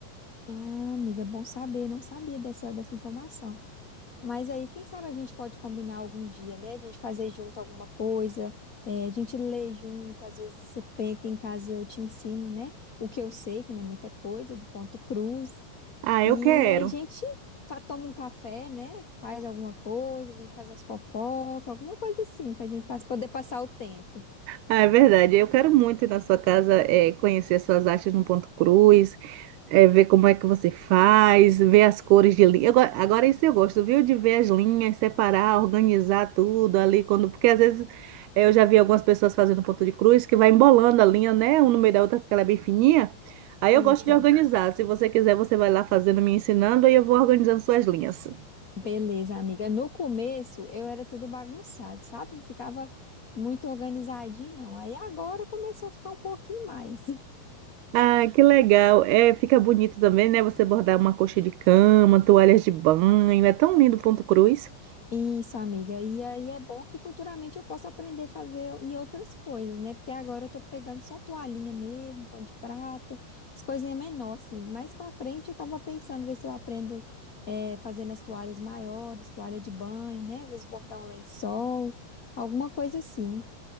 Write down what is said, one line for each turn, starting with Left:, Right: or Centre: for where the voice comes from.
Left: Ah, amiga, bom saber, não sabia dessa, dessa informação. Mas aí, quem sabe a gente pode combinar algum dia, né? A gente fazer junto alguma coisa, é, a gente lê junto, às vezes você vem aqui em casa, eu te ensino, né? O que eu sei, que não é muita coisa, do ponto cruz.
Right: Ah, eu
Left: E
Right: quero.
Left: aí a gente fa- toma um café, né? Faz alguma coisa, a gente faz as fofocas, alguma coisa assim, pra gente pas- poder passar o tempo.
Right: Ah, é verdade. Eu quero muito ir na sua casa, é, conhecer as suas artes no ponto cruz, é, ver como é que você faz, ver as cores de linha. Eu go- Agora isso eu gosto, viu? De ver as linhas, separar, organizar tudo ali quando, porque às vezes é, eu já vi algumas pessoas fazendo ponto de cruz que vai embolando a linha, né? Um no meio da outra porque ela é bem fininha. Aí
Left: Fica.
Right: eu gosto de organizar. Se você quiser, você vai lá fazendo, me ensinando, aí eu vou organizando suas linhas.
Left: Beleza, amiga. No começo eu era tudo bagunçado, sabe? Não ficava muito organizadinho, não. Aí agora começou a ficar um pouquinho mais.
Right: Ah, que legal. É, fica bonito também, né? Você bordar uma coxa de cama, toalhas de banho. É tão lindo o Ponto Cruz.
Left: Isso, amiga. E aí é bom que futuramente eu possa aprender a fazer em outras coisas, né? Porque agora eu tô pegando só toalhinha mesmo, pano de prato, as coisinhas menores, assim. Mais pra frente eu tava pensando ver se eu aprendo é, fazendo as toalhas maiores, toalha de banho, né? Às vezes bordar um lençol, alguma coisa assim.